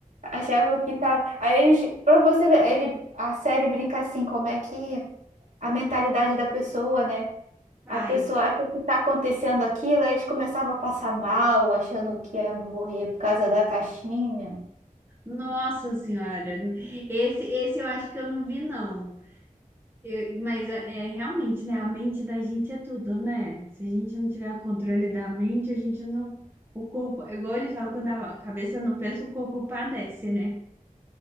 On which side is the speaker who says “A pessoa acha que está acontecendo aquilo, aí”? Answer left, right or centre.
Right